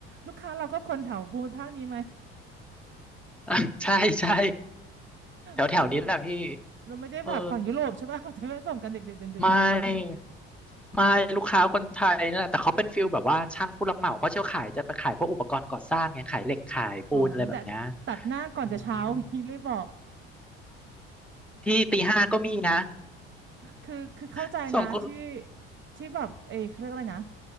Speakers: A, on the right; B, in the centre.
A: ลูกค้าเราก็คนแถวภูมิภาคนี้ไหม
B: <laughs> ใช่ใช่แถวแถวนี้แหละพี่
A: เออเราไม่ได้แบบฝั่งยุโรปใช่ป่ะ
B: เออ
A: <laughs> เราจะไม่ส่งกันเด็กๆเดิน
B: ไม่ไม่ลูกค้าคนไทยนั่นแหละแต่เขาเป็นฟิลแบบว่าช่างผู้รับเหมาเพราะเชี่ยวขายจะไปขายพวกอุปกรณ์ก่อสร้างไงขายเหล็กขายปูนอะไรแบบเนี้ย
A: ๆอ๋อแต่ตัดหน้าก่อนจะเช้าอย่างนี้เลยบอก
B: อืมที่ตีห้าก็มีนะ
A: คือคือเข้าใจนะที่
B: <laughs> ส่งคน
A: ที่แบบเอยเขาเรียกอะไรนะ